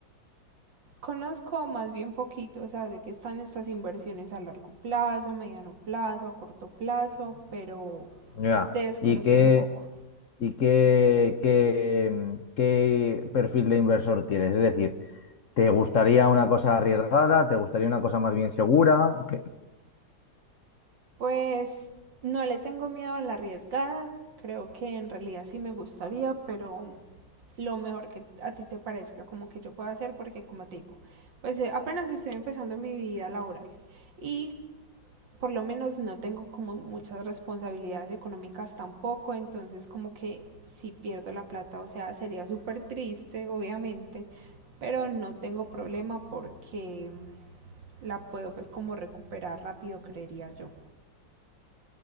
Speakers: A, on the right; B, on the left.
A: Conozco más bien poquito, o sea, sé que están estas inversiones a largo plazo, a mediano plazo, a corto plazo, pero
B: Ya.
A: desconozco
B: ¿Y qué,
A: un poco.
B: y qué, qué, mm, qué perfil de inversor tienes? Es decir, ¿te gustaría una cosa arriesgada? ¿Te gustaría una cosa más bien segura? ¿Qué-
A: Pues no le tengo miedo a la arriesgada. Creo que en realidad sí me gustaría, pero lo mejor que a ti te parezca, como que yo pueda hacer, porque como te digo, pues eh, apenas estoy empezando mi vida laboral y por lo menos no tengo como muchas responsabilidades económicas tampoco, entonces como que si pierdo la plata, o sea, sería súper triste, obviamente, pero no tengo problema porque la puedo pues como recuperar rápido, creería yo.